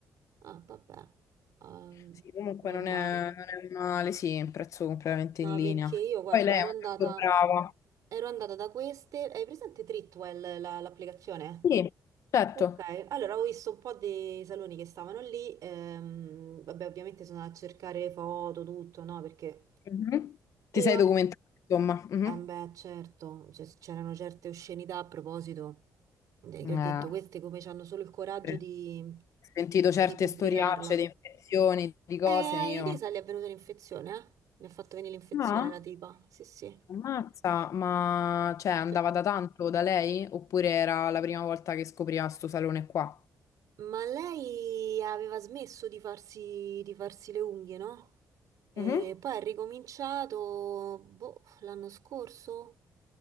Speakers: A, on the right; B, on the left.
A: Ah, vabbè, Ehm,
B: Sì, comunque
A: normale.
B: non è, non è male, sì, è un prezzo completamente
A: No,
B: in linea.
A: perché io, guarda,
B: Poi lei
A: ero
B: è
A: andata,
B: molto brava.
A: ero andata da queste. Hai presente Tritwell, la- l'applicazione?
B: Sì, certo.
A: Ok, allora ho visto un po' dei saloni che stavano lì. ehm, vabbè, ovviamente sono andata a cercare foto, tutto, no? Perché.
B: Mhm.
A: E
B: Ti sei
A: ho.
B: documentato, insomma. Mhm.
A: Eh, beh, certo, cioè, c'erano certe oscenità a proposito, eh, che
B: Ah,
A: ho detto, queste come hanno solo il coraggio
B: sì. Ho
A: di,
B: sentito
A: cioè,
B: certe
A: di pubblicarla.
B: storiacce di infezioni, di cose,
A: E a
B: io...
A: Elisa gli è venuta l'infezione, eh? Le ha fatto venire l'infezione
B: Ah,
A: la tipa. Sì, sì.
B: ammazza, ma cioè andava
A: Cioè,
B: da tanto da lei? Oppure era la prima volta che scopriva sto salone qua?
A: Ma lei aveva smesso di farsi, di farsi le unghie, no? E
B: Mhm.
A: poi ha ricominciato, boh, l'anno scorso?